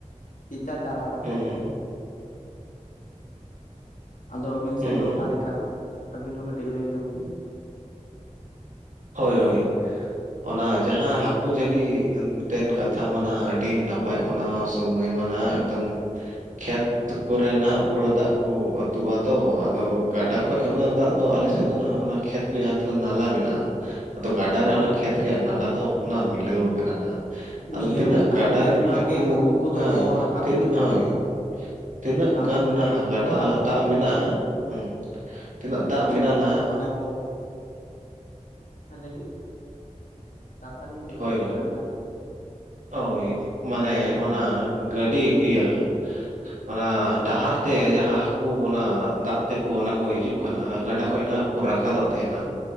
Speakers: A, on the left (about 80°); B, on the right (about 80°).
A: ᱠᱮᱪᱟ ᱪᱟᱨᱟ ᱠᱟᱛᱮ
B: ᱦᱩᱸ
A: ᱟᱫᱚ ᱟᱹᱵᱤᱱ
B: ᱦᱩᱸ
A: ᱥᱮᱫ ᱫᱚ ᱚᱠᱟ ᱞᱮᱠᱟ ᱦᱟᱜ ᱟᱹᱵᱤᱱ ᱦᱚᱸ ᱠᱟᱹᱴᱤᱡ ᱞᱟᱹᱭ ᱧᱚᱜ ᱵᱤᱱ
B: ᱦᱳᱭ ᱦᱳᱭ ᱚᱱᱟ ᱡᱟᱦᱟᱸ ᱦᱟᱹᱠᱩ ᱡᱷᱟᱹᱞᱤ ᱮᱱᱛᱮᱱ ᱠᱟᱛᱷᱟ ᱢᱟ ᱱᱟᱦᱟᱜ ᱟᱹᱰᱤ ᱱᱟᱯᱟᱭ ᱱᱟᱯᱟᱭ ᱚᱱᱟ ᱥᱣᱢᱟᱹᱭ ᱢᱟ ᱱᱟᱦᱟᱜ ᱮᱠᱫᱚᱢ ᱠᱷᱮᱛ <unintelligible> ᱠᱚᱨᱮ ᱱᱟᱦᱟᱜ ᱯᱩᱨᱟᱹ ᱫᱟᱜ ᱠᱚ ᱟᱹᱛᱩᱜ-ᱟ ᱛᱚ ᱟᱫᱚ ᱜᱟᱰᱟ ᱠᱷᱚᱡ ᱚᱱᱟ ᱫᱟᱜ ᱫᱚ ᱟᱞᱮ ᱥᱮᱫ ᱫᱚ ᱱᱟᱦᱟᱜ ᱚᱱᱟ ᱠᱷᱮᱛ ᱠᱚ ᱡᱟᱦᱟᱸ ᱛᱤᱱᱟᱹᱜ ᱱᱟᱞᱟ ᱢᱮᱱᱟᱜ-ᱟ ᱟᱫᱚ ᱜᱟᱰᱟᱨᱮ
A: ᱦᱮᱸ
B: ᱚᱱᱟ ᱠᱷᱮᱛ ᱨᱮᱭᱟᱜ ᱱᱟᱞᱟ ᱫᱚ ᱚᱱᱟ ᱢᱤᱞᱟᱹᱣ ᱠᱟᱱᱟ ᱱᱟᱦᱟᱜ ᱟᱫᱚ
A: ᱢᱤᱞᱟᱹᱣ
B: ᱛᱤᱱᱟᱹᱜ
A: ᱠᱟᱱᱟ
B: ᱜᱟᱰᱟ
A: ᱚᱸᱰᱮ
B: ᱨᱮᱱ
A: ᱠᱷᱚᱱᱟᱜ
B: ᱦᱟᱹᱠᱩ
A: ᱜᱮ ᱠᱚᱫᱚ
B: ᱦᱮᱸ
A: ᱠᱚ ᱨᱟᱠᱟᱵ
B: ᱛᱤᱱᱟᱹᱜ
A: ᱦᱤᱡᱩᱜᱼᱟ
B: ᱦᱚᱭ <unintelligible> ᱛᱤᱱᱟᱹᱜ
A: ᱛᱟᱨᱯᱚᱨᱮ
B: ᱜᱟᱱ
A: ᱩᱱᱠᱩᱣᱟᱜ
B: ᱜᱟᱰᱟ ᱫᱟᱜ ᱢᱮᱱᱟᱜᱼᱟ ᱦᱩᱸ ᱛᱤᱱᱟᱹᱜ ᱫᱟᱜ ᱢᱮᱱᱟᱜᱼᱟ ᱱᱟᱦᱟᱜ
A: ᱚᱱᱟ ᱠᱚ ᱦᱮᱸ ᱞᱟᱹᱭᱵᱤᱱ ᱠᱟᱛᱷᱟ ᱞᱤᱧ ᱠᱮᱪᱮᱫ
B: ᱦᱳᱭ
A: ᱠᱮᱫ ᱛᱟᱵᱤᱱᱟ
B: ᱦᱳᱭ ᱢᱟᱱᱮ ᱚᱱᱟ ᱜᱟᱹᱰᱤ ᱤᱭᱟᱹ ᱚᱱᱟ ᱰᱟᱦᱟᱨ ᱛᱮ ᱡᱟᱦᱟᱸ ᱦᱟᱹᱠᱩ ᱚᱱᱟ ᱫᱟᱜ ᱛᱮᱠᱚ ᱚᱱᱟ ᱠᱚ ᱦᱤᱡᱩᱜ ᱠᱟᱱᱟ ᱜᱟᱰᱟ ᱠᱷᱚᱡ ᱱᱟᱸ ᱠᱚ ᱨᱟᱠᱟᱫᱚᱜ ᱛᱟᱦᱮᱱᱟ